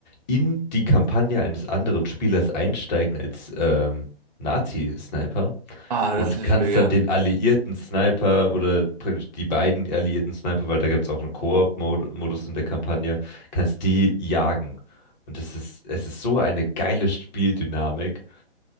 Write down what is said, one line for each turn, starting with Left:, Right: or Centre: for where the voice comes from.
Left: in die Kampagne eines anderen Spielers einsteigen als ähm, Nazi-Sniper
Right: Ah,
Left: und
Right: das ist natürlich
Left: kannst
Right: mega.
Left: dann den alliierten Sniper oder praktisch die beiden alliierten Sniper, weil da gibt's auch einen Koop-Modus in der Kampagne, kannst die jagen. Und es ist, es ist so eine geile Spieldynamik.